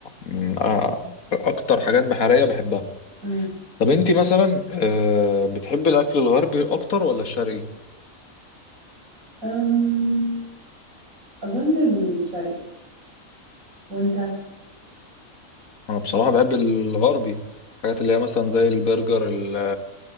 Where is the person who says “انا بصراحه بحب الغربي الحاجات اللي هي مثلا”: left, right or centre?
Left